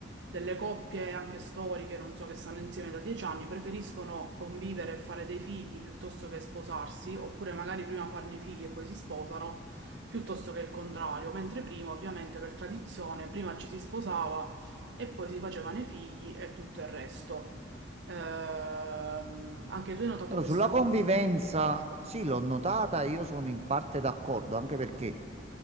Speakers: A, on the right (about 65°); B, on the right (about 35°).
A: delle coppie anche storiche, non so, che stanno insieme da dieci anni, preferiscono convivere e fare dei figli piuttosto che sposarsi, oppure magari prima farne i figli e poi si sposano, piuttosto che il contrario, mentre prima, ovviamente, per tradizione, prima ci si sposava e poi si facevano i figli e tutto il resto. Ehm, anche tu hai notato
B: Allora,
A: questa
B: sulla convivenza,
A: cosa?
B: sì, l'ho notata, io sono in parte d'accordo, anche perché